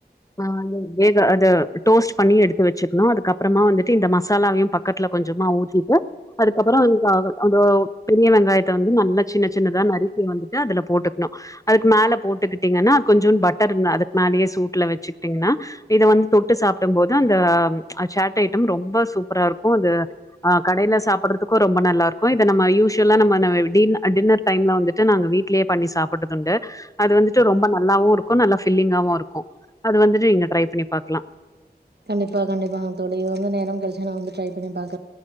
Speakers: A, on the left (about 20°); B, on the right (about 75°).
A: ஆ வேக அத டோஸ்ட் பண்ணி எடுத்து வச்சுக்கணு அதுக்கப்பறமா வந்துட்டு இந்த மசாலாவையு பக்கத் துல கொஞ்சமா ஊத்திட்டு அதுக்கப்பறம் அந்த ஆ பெரிய வெங்காயத்த வந்து நல்ல சின்ன சின்னதா நறுக்கி வந்துட்டு அதுல போட்டுக்கணு அதுக்கு மேல போட்டுக்கிட்டீங்கன்னா கொஞ்ச பட்டர் அதுக்கு மேல அதிலேயே சுட்டுல வச்சுகிட்டேங்கன இத வந்து தொட்டு சாப்பிடு போது அந்த சாட் ஐட்டம் ரொம்ப சூப் பரா இருக்கு அது அ கடையில சாப்பிடுறதுக்கு ரொம்ப நல்லா இருக்கு இத நம்ம யூசுவலா நம்ம டி ன்னர் டைம்ல வந்துட்டு நாங்க வீடலேயே பண்ணி சாப்பிட்டது உண்டு அது வந்துட்டு ரொம்ப நல்லாவு இருக்கு நல்லா ஃபீல்லிங்காவு வுருக்கு அது வந்துட்டு நீங்க ட்ரை பண்ணி பாக்லா
B: கண்டிப்பா கண்டிப்பாங் தோழி இது வந்து நேர கடைச்சா நா வந்து ட்ரை பண்ணி பாக்